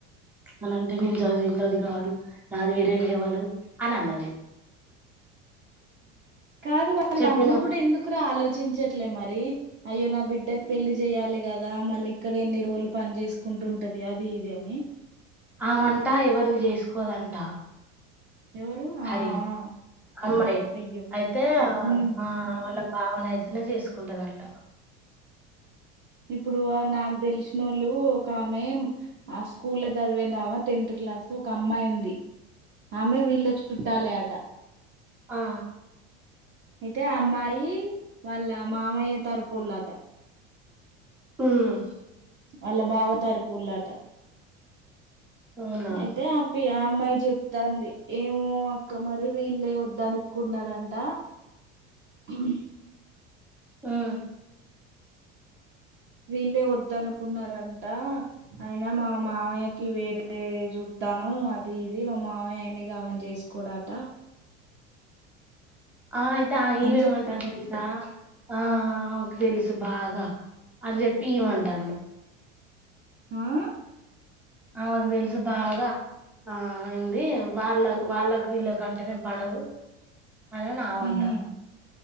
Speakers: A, in the centre; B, on the right.
A: అని అంటే నేను చదివింది అది కాదు నాది వేరే లెవెల్ అని అన్నది
B: కాదు వాళ్ళ
A: చెప్పిన
B: అమ్మ కూడా ఎందుకు రా ఆలోచించ మరి అయ్యో నా బిడ్డకి పెళ్లి చెయాలి కదా మళ్ళీ ఇక్కడ ఎన్ని రోజులు పని చేసుకుంటుంటది అది ఇది అని
A: అమంటా ఎవరిని చేసుకోదంట
B: ఎవరు
A: హరి
B: ఆ ఆ
A: అమ్మాయి
B: అయ్యో
A: అయితే
B: ఉమ్
A: మా వాళ్ళ బావనైతేనే చేసుకుంటది అంట
B: ఇప్పుడు నాకు తెలిసినోళ్ళు ఒక ఆమెే ఆ స్కూల్ లో చదివేటామా టెన్త్ ఒక అమ్మాయి ఉంది ఆ అమ్మాయి వీళ్ళ చుట్టాలే అంట
A: ఆ
B: అయితే అమ్మాయి వాళ్ళ మామయ్య తర్పొలు అంట
A: మ్మ్
B: వాళ్ల బావ తర్పొలు అంట
A: అవునా
B: అయితే ఆ పి ఆ అమ్మాయి చెప్తాంది ఏమో అక్క మరి వీళ్ళే వద్ద అనుకున్నారంట కు యి
A: హ్మ్
B: వీళ్ళే వద్ద అనుకున్నారంట అయినా మా మావయ్యకి వేరే జు ధనం అది ఇది మా మావయ్య ఆ అని గావని జెస్కోడాట
A: ఆ అయితే ఆ ఇళ్ళు
B: అని చెప్పి
A: ఏమన్నటారో తెల్సా ఆ ఆ తెలుసు బాగా అని జెప్పి ఇయ్యిమంటాంది
B: ఆహ్!
A: ఆమెకు తెల్సు బాగా ఆ ఎంది వాళ్ళ వాళ్ళకు వీళ్ళకు అంటేనే పడదు అని నామంటాంది
B: ఉమ్